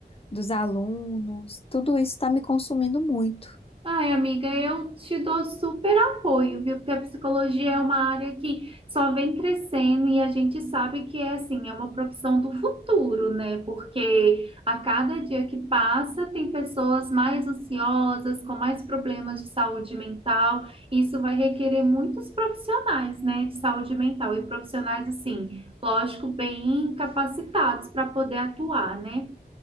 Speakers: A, on the left (about 35°); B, on the right (about 30°).
A: dos alunos, tudo isso está me consumindo muito.
B: Ai, amiga, eu te dou super apoio, viu? Porque a psicologia é uma área que só vem crescendo e a gente sabe que é assim, é uma profissão do futuro, né? Porque a cada dia que passa, tem pessoas mais ansiosas, com mais problemas de saúde mental. Isso vai requerer muitos profissionais, né, de saúde mental e profissionais assim, lógico, bem capacitados para poder atuar, né?